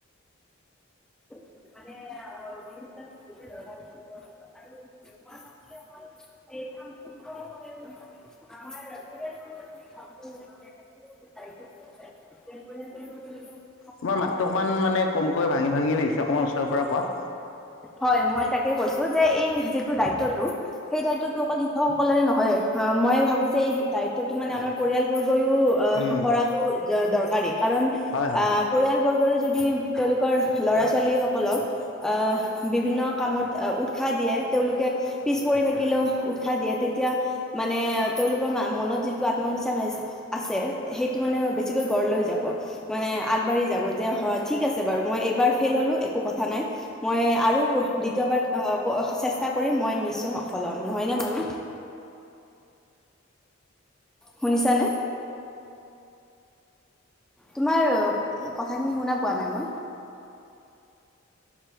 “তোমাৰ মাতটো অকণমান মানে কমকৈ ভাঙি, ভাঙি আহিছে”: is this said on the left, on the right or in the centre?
Left